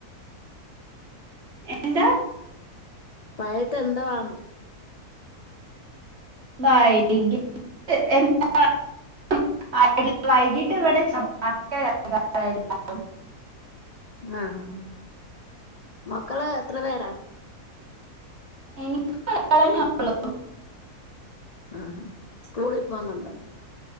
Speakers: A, on the right; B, on the left.
A: എന്താ
B: പായിട്ട് എന്ത് വാം
A: വൈകീട്ട് <unintelligible> എന്താ <unintelligible> വൈകീട്ട് ഇവിടെ ചപ്പാത്തിയ കഴിക്കാ ഏഡ് <unintelligible>
B: ആഹ് ആഹ് ആഹ്. മക്കള് എത്ര പേരാ
A: എനിക്ക് <unintelligible>
B: ആഹ്സ്കൂളി പോന്നുണ്ടോ